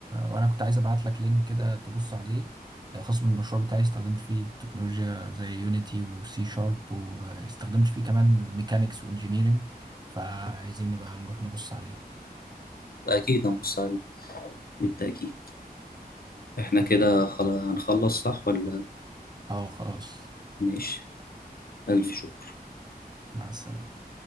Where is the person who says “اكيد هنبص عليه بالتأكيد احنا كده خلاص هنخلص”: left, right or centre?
Left